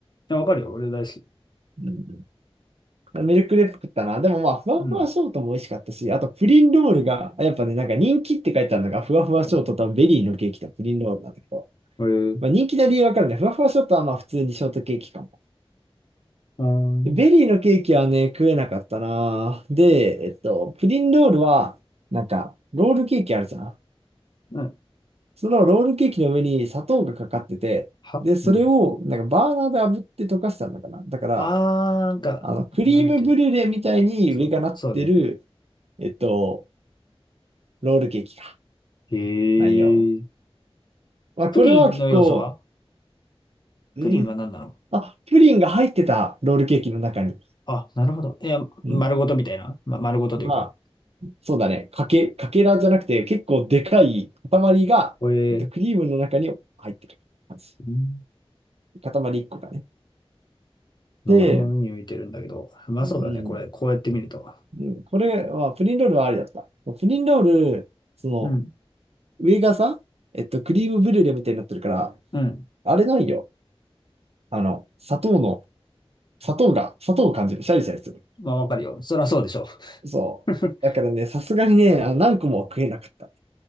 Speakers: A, on the left; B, on the right.
A: や、わかるよ。俺大好き。
B: うん。ミルクレープ食ったな。でもまあ、ふわふわショートも美味しかったし、
A: うん。
B: あとプリンロールが、やっぱね、なんか人気って書いてあるのが、ふわふわショートとベリーのケーキとプリンロールなんだけど、
A: え
B: まあ人気な理由わかるね。ふわふわショートはまあ普通にショートケーキかも。
A: あー、うん
B: でベリーのケーキはね、食えなかったな。で、えっと、プリンロールは、なんか、ロールケーキあるじゃん。
A: は
B: そのロールケーキの上に砂糖がかかってて、
A: うん。
B: で、それを、なんかバーナーで炙って溶かしたんだかな。だから、
A: あー、なんか、
B: あの、クリームブリュレみたいに上がなってる、
A: なんだっけ。そう、そうね。
B: えっと、ロールケーキか。
A: へ
B: 内容。
A: え。
B: まあ、
A: プリンの要素は
B: これは結構、えー
A: プリンは何なの
B: あ、プリンが入ってた、ロールケーキの中に。
A: あ、なるほど。いや、
B: うん。
A: 丸ごとみたいな。ま、丸ごとというか。
B: まあ、そうだね。かけ、かけらじゃなくて、結構でかい塊が、
A: これ、
B: えっと、クリームの中に入ってる感じ。
A: うん
B: 塊一個がね。
A: まあ、
B: で、
A: 俺も目に浮いてるんだけど。まあそうだね。
B: うん。
A: これ、こうやって見ると。
B: うんこれは、プリンロールはありだった。プリンロール、その、
A: うん。
B: 上がさ、えっと、クリームブリュレみたいになってるから、
A: うん。
B: あれないよ。あの、砂糖の、砂糖が、砂糖を感じる。シャリシャリする。
A: まあわかるよ。そりゃそうでしょ。
B: そう。
A: <laughs>
B: だからね、さすがにね、あ何個もは食えなかったね。